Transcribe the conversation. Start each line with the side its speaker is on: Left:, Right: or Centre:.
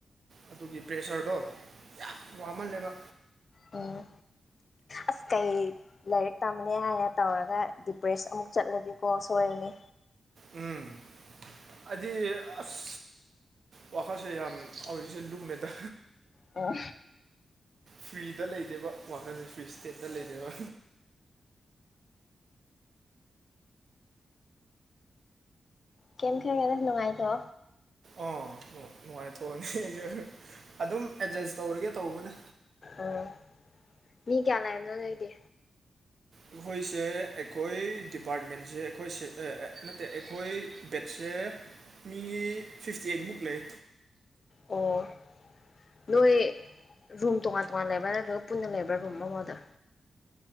Right: ꯑꯗꯨꯒꯤ ꯄ꯭ꯔꯦꯁꯔꯗꯣ ꯌꯥꯝ ꯋꯥꯃꯜꯂꯦꯕ
Left: ꯎꯝ ꯑꯁ ꯀꯩ ꯂꯥꯏꯔꯤꯛ ꯇꯝꯃꯅꯤ ꯍꯥꯏꯅ ꯇꯧꯔꯒ ꯗꯤꯄ꯭ꯔꯦꯁ ꯑꯃꯨꯛ ꯆꯠꯂꯗꯤꯀꯣ ꯑꯣꯏꯅꯤ
Right: ꯎꯝ ꯍꯥꯏꯗꯤ ꯑꯁ ꯋꯥꯈꯜꯁꯦ ꯌꯥꯝ ꯍꯧꯖꯤꯛꯁꯦ ꯂꯨꯝꯃꯦꯗ
Left: ꯑ
Right: ꯐ꯭ꯔꯤꯗ ꯂꯩꯗꯦꯕ ꯋꯥꯈꯜꯁꯦ ꯐ꯭ꯔꯤ ꯏꯁꯇꯦꯠꯠꯇ ꯂꯩꯗꯦꯕ
Left: ꯀꯝ ꯈꯔ ꯀꯗ ꯅꯨꯡꯉꯥꯏꯊꯣ
Right: ꯑꯣ ꯅꯨꯡꯉꯥꯏꯊꯣꯛꯑꯅꯤ ꯑꯩꯁ ꯑꯗꯨꯝ ꯑꯦꯗꯖꯁ ꯇꯧꯔꯒꯦ ꯇꯧꯕꯅꯦ
Left: ꯑꯣ ꯃꯤ ꯀꯌꯥ ꯂꯅꯥꯏꯝꯅꯣ ꯅꯣꯏꯗꯤ
Right: ꯑꯩꯈꯣꯏꯁꯦ ꯑꯩꯈꯣꯏ ꯗꯤꯄꯥꯔꯠꯃꯦꯟꯁꯦ ꯑꯩꯈꯣꯏꯦ ꯅꯠꯇꯦ ꯑꯩꯈꯣꯏ ꯕꯦꯠꯁꯦ ꯑꯗ ꯃꯤ ꯐꯤꯐꯇꯤ ꯑꯩꯠꯃꯨꯛ ꯂꯩ
Left: ꯑꯣ ꯅꯣꯏ ꯔꯨꯝ ꯇꯣꯉꯥꯟ ꯇꯣꯉꯥꯟ ꯂꯩꯕ꯭ꯔꯥ ꯅꯠꯇ꯭ꯔꯒ ꯄꯨꯟꯅ ꯂꯩꯕ꯭ꯔꯥ ꯔꯨꯝ ꯑꯃꯗ